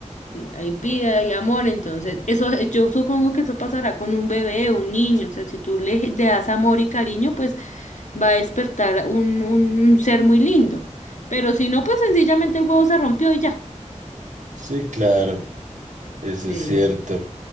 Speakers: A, on the left (about 70°); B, on the right (about 75°).
A: Sí, hay vida, hay amor, entonces eso eh, yo supongo que eso pasará con un bebé, un niño, o sea, si tú le le das amor y cariño, pues va a despertar un, un ser muy lindo, pero si no, pues sencillamente el huevo se rompió y ya.
B: Sí, claro, eso
A: Sí,
B: es cierto.